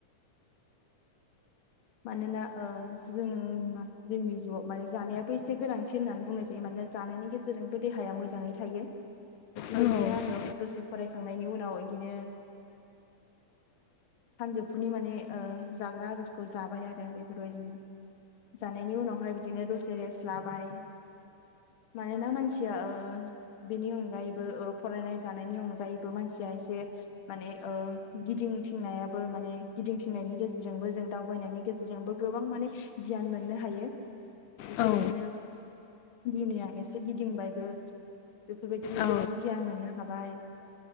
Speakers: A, on the left; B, on the left.
A: मानोना ओ जों जोंनि जिउआव माने जानायाबो एसे गोनांथि होननानै बुंनाय जायो मानोना जानायनि गेजेरजोंबो देहाया मोजाङै थायो बेफोरबायदिनो
B: औ औ
A: आङो दसे फरायखांनायनि उनाव बिदिनो सानजौफुनि माने ओ जाग्रा आदार खौ जाबाय आरो बेफोरबायदिनो जानायनि उनावहाय बिदिनो दसे रेस्ट लाबाय मानोना मानसिया बेनि अनगायैबो ओ फरायनाय जानायनि अनगायैबो मानसिया एसे माने ओ गिदिंथिंनायाबो माने गिदिंथिंनायनि गेजेरजोंबो जों दावबायनायनि गेजेरजोंबो गोबां माने गियान मोननो हायो। बेफोरबायदिनो
B: औ
A: दिनै आ एसे गिदिंबायबो बेफोरबायदिनो
B: औ
A: गोबां गियान मोननो हाबाय